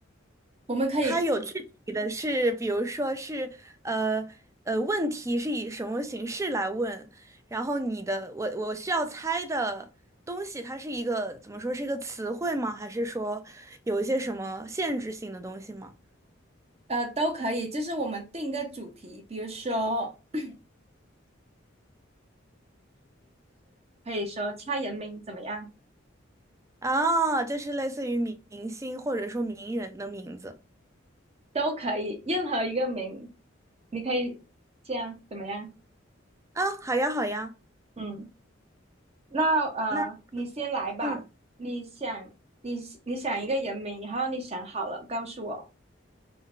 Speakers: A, on the right (about 35°); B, on the right (about 15°).
A: 我们可以
B: 它有具体的是，比如说是呃呃，问题是以什么形式来问，然后你的我我需要猜的东西，它是一个怎么说是一个词汇吗？还是说有一些什么限制性的东西吗？
A: 呃都可以，就是我们定一个主题，比如说 <coughs> <clears throat> 可以说猜人名怎么样，
B: 啊，就是类似于明明星或者说名人的名字
A: 都可以，任何一个名，你可以这样怎么样？
B: 啊。好呀，好呀，
A: 嗯。那呃，
B: 那
A: 你先来吧。
B: 嗯
A: 你想，你你想一个人名，然后你想好了告诉我，